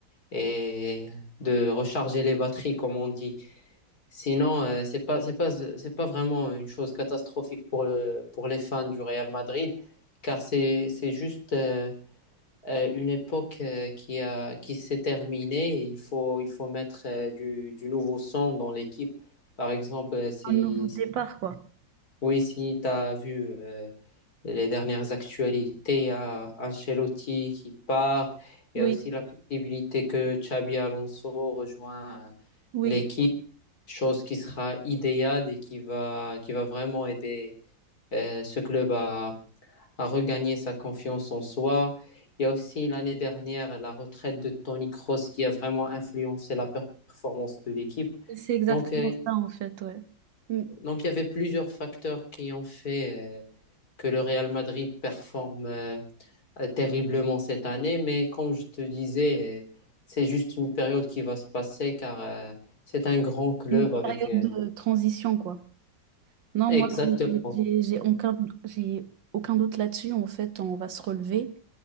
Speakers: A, on the left; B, on the right.
A: et de recharger les batteries, comme on dit. Sinon, euh, c'est pas, c'est pas, c'est pas vraiment une chose catastrophique pour le, pour les fans du Real Madrid, car c'est, c'est juste euh, euh, une époque euh, qui a, qui s'est terminée et il faut, il faut mettre euh, du, du nouveau sang dans l'équipe. Par exemple, euh, si,
B: Un nouveau départ, quoi.
A: oui, si tu as vu euh, les dernières actualités, il y a Ancelotti qui part,
B: Oui,
A: il y a aussi la possibilité que Xabi Alonso rejoigne euh,
B: oui.
A: l'équipe chose qui sera idéale et qui va, qui va vraiment aider euh, ce club à, à regagner sa confiance en soi. Il y a aussi l'année dernière la retraite de Toni Kroos qui a vraiment influencé la performance de l'équipe.
B: Et c'est exactement
A: Donc, euh,
B: ça, en fait, ouais. Mm.
A: donc il y avait plusieurs facteurs qui ont fait euh, que le Real Madrid performe euh, euh, terriblement cette année. Mais comme je te disais, euh, c'est juste une période qui va se passer car euh, c'est un grand club
B: Une
A: avec
B: période
A: Euh,
B: de transition, quoi. Non,
A: exactement
B: moi, j'ai j'ai- j'ai aucun, j'ai aucun doute là-dessus. En fait, on va se relever.